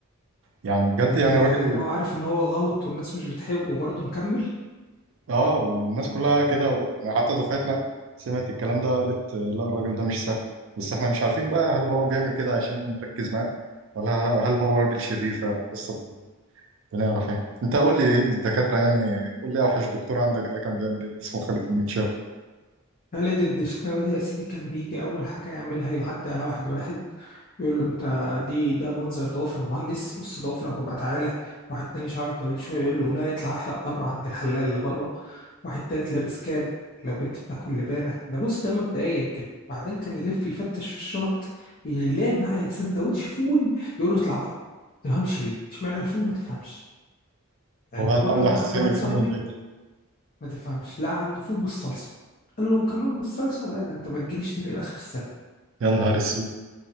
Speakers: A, on the right; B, on the left.
A: ويعني بجد
B: طب
A: يعني
B: ايه ده
A: راجل
B: يعني هو عارف ان هو غلط والناس مش بتحبه وبرضه مكمل
A: اه والناس كلها كده و- يعني حتى دفعتنا سمعت الكلام ده قالت آه، لا الراجل ده مش سهل بس احنا مش عارفين بقى هل هو بيعمل كده عشان نركز معاه ولا هل هو راجل شرير فعلا لسه بنعرف يعني انت قول لي ايه الدكاترة يعني قول لي اوحش دكتور عندك ده كان بيعمل ايه اسمه خالد المنشاوي
B: خالد الدشناوي ده يا سيدي كان بيجي اول حاجه يعملها يعدي على واحد واحد يقول له انت دي ده منظر ضوافر مهندس قص ضوافرك وابقى تعالى واحد تاني شعره طويل شويه يقول له لا اطلع احلق بره عند الحلاق اللي بره واحد تالت لابس كاب لو بنت بتاكل لبانه ده بص ده مبدئيا كده بعدين كان يلف يفتش في الشنط يلاقي معاه سندوتش فول يقول له اطلع بره ما تفهمش ليه اشمعنى الفول ما تفهمش يعني
A: هو
B: في
A: هذا
B: مره
A: عنده
B: لقى
A: حساسية
B: عند واحد
A: من الفول
B: صاحبي
A: ولا ايه ده
B: ما تفهمش لا عنده فول بالصلصه قال له كمان بالصلصه لا ده انت ما تجيليش تاني لاخر السنه
A: يا نهار اسود